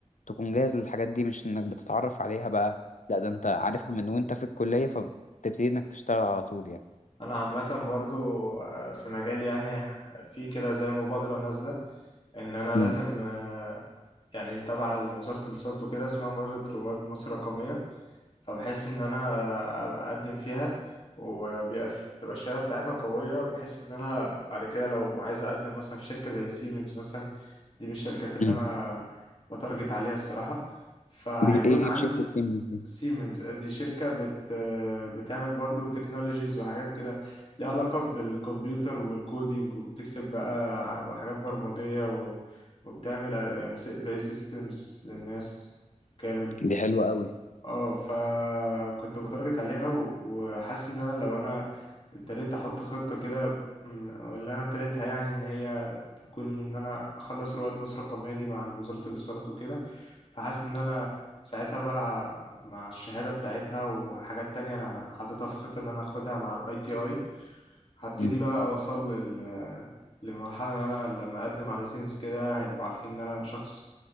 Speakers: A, on the left; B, on the left.
A: تكون جاهز للحاجات دي مش انك بتتعرف عليها بقى لا ده انت عارفها من وانت في الكلية فبتبتدي انك تشتغل على طول يعني
B: انا عامة برضو آه، في مجالي يعني في كده زي مبادرة نازلة ان انا
A: امم
B: لازم آه، يعني تبع وزارة الاتصالات وكده اسمها مبادرة رواد مصر الرقمية فبحس ان انا أبقى اقدم فيها وبيبقى في- بتبقى الشهاده بتاعتها قويه بحيث ان انا بعد كده لو عايز اقدم مثلا في شركه زي سيمنز مثلا دي من الشركات اللي
A: امم
B: انا بتارجت عليها الصراحه فهيكون
A: دي ايه
B: عندي
A: بشركة سيمنز دي
B: سيمنز دي شركه بت بتعمل برضو تكنولوجيز وحاجات كده ليها علاقه بالكمبيوتر والكودينج وبتكتب بقى حاجات برمجيه و- وبتعمل يعني س- زي سيستمز للناس كامل
A: دي حلوة قوي
B: اه فكنت بتارجت عليها و- وحاسس ان انا لو انا ابتديت احط خطة كده م، اللي انا ابتديتها يعني ان هي تكون ان انا اخلص رواد مصر الرقمية دي مع وزارة الاتصالات وكده فحاسس ان انا ساعتها بقى ه- مع الشهادة بتاعتها وحاجات تانية انا حاططها في خطة ان انا اخدها مع الاي تي اي هبتدي
A: امم
B: بقى اوصل لل... للمرحله ان انا لما اقدم على سينس كده هيبقوا عارفين ان انا شخص